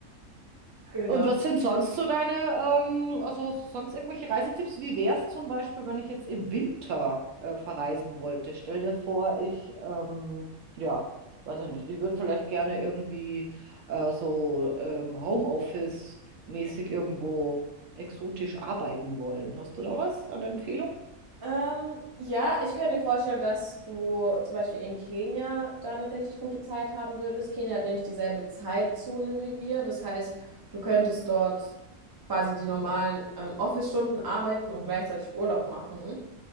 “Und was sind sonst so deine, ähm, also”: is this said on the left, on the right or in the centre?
Right